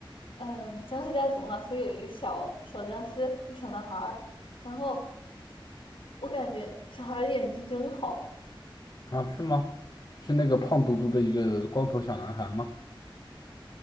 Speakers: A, on the left; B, on the left.
A: 嗯僵尸家族嘛，所以有一个小小僵尸，一个小男孩儿，然后我感觉小孩儿的演技真好。
B: 的啊，是吗？是那个胖嘟嘟的一个光头小男孩吗？